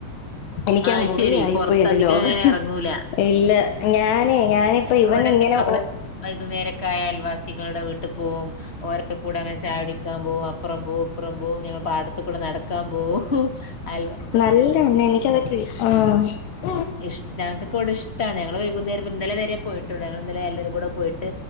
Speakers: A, on the left; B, on the left.
A: എനിക്കാ
B: അത്
A: മുറിയായിപ്പോയി
B: ശെരി പൊറത്ത്
A: എന്റെ
B: അധികം
A: ലോകം
B: അങ്ങനെ എറങ്ങൂല
A: ഇല്ല ഞാനേ ഞാനിപ്പോ
B: ഞമ്മളിവിടൊക്കെ
A: ഇവന്നി ങ്ങനെഉ
B: നമ്മള് വൈകുന്നേരക്കായ അൽവാസികളുടെ വീട്ടിൽ പോവും ഓരോ കൂടെ അങ്ങനെ ചായടിക്കാൻ പോകും അപ്പറം പോവും അപ്പുറം പോവും ഞങ്ങ പാടത്തു കൂടെ നടക്കാൻ പോവും അയൽ
A: നല്ലതന്നെ എനിക്ക <unintelligible> ആ
B: ഇഷ് ഞങ്ങൾക്കൊക്കെ വിടെ ഇഷ്ടാണ് ഞങ്ങള് വൈകുന്നേരം ഇന്നലെ വരെ പോയിട്ടുള്ളൂ ഞങ്ങളിന്നലെ എല്ലരും കൂടെ പോയിട്ട്